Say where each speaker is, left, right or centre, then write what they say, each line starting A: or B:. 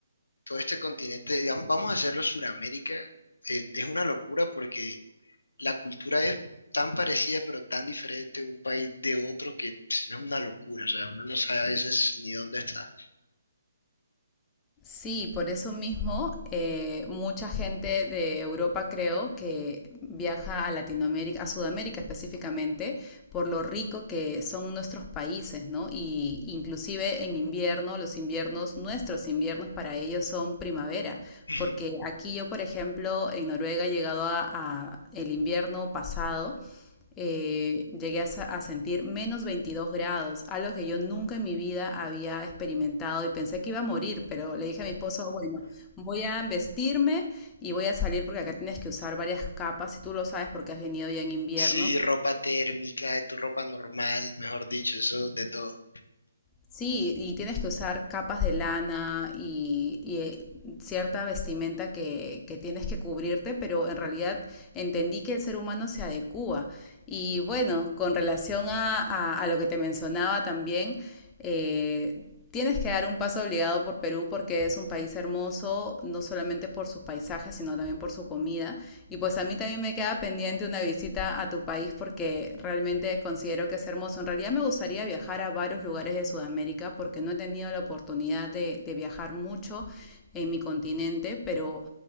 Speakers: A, on the left (about 85°); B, on the left (about 15°).
A: todo este continente, digamos, vamos a hacerlo Suramérica, eh, es una locura porque la cultura es tan parecida pero tan diferente de un país de otro que pss, es una locura, o sea, uno no sabe a veces ni dónde está.
B: Sí, por eso mismo, eh, mucha gente de Europa creo que viaja a Latinoamérica, a Sudamérica específicamente, por lo rico que son nuestros países, ¿no? Y inclusive en invierno, los inviernos, nuestros inviernos para ellos son primavera,
A: <laughs>
B: porque aquí yo, por ejemplo, en Noruega he llegado a, a el invierno pasado eh, llegué a, a, sentir menos 22 grados, algo que yo nunca en mi vida había experimentado y pensé que iba a morir, pero le dije a mi esposo, bueno, voy a vestirme y voy a salir porque acá tienes que usar varias capas y tú lo sabes porque has venido ya en invierno.
A: Sí, ropa térmica, tu ropa normal, mejor dicho, eso de todo.
B: Sí, y tienes que usar capas de lana y, y, eh, cierta vestimenta que, que tienes que cubrirte, pero en realidad entendí que el ser humano se adecúa. Y bueno, con relación a, a- a lo que te mencionaba también, eh, tienes que dar un paso obligado por Perú porque es un país hermoso, no solamente por sus paisajes, sino también por su comida. Y pues a mí también me queda pendiente una visita a tu país porque realmente considero que es hermoso. En realidad me gustaría viajar a varios lugares de Sudamérica porque no he tenido la oportunidad de, de viajar mucho en mi continente, pero